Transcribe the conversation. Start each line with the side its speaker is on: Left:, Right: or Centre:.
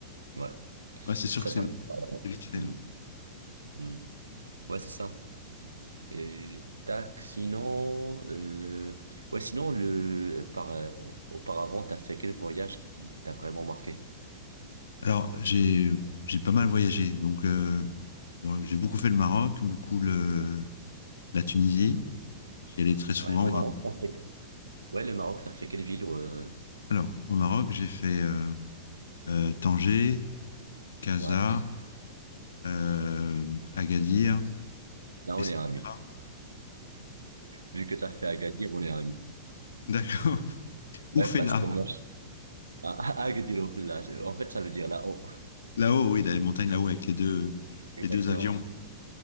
Right: Ouais,
Left: Ouais, c'est sûr
Right: ça,
Left: que c'est
Right: ça me...
Left: c'est vite fait.
Right: Hmm.
Left: hein.
Right: hmm. Ouais, c'est ça. Euh, tac, sinon, euh, ouais, sinon, le, par, euh, auparavant, t'as fait quel voyage qui t'a vraiment marqué?
Left: Alors, j'ai j'ai pas mal voyagé. Donc, euh, bon, j'ai beaucoup fait le Maroc, beaucoup le, la Tunisie. J'y allais très souvent.
Right: Ouais, au Maroc,
Left: Ouais.
Right: t'as fait. Ouais, le Maroc, t'as fait quelle ville? euh,
Left: Alors, au Maroc, j'ai fait euh, euh, Tanger, Casa,
Right: Ouais,
Left: euh, Agadir,
Right: là,
Left: Essaouira.
Right: on est amis. Vu que t'as fait Agadir, on est amis.
Left: <laughs> D'accord. Oufella.
Right: Ouais, parce que moi, je... Ah, ah, Agadir, là, je- en fait, ça veut dire là-haut.
Left: Là-haut, oui, dans les montagnes là-haut avec les deux,
Right: <laughs> Exactement.
Left: les deux avions.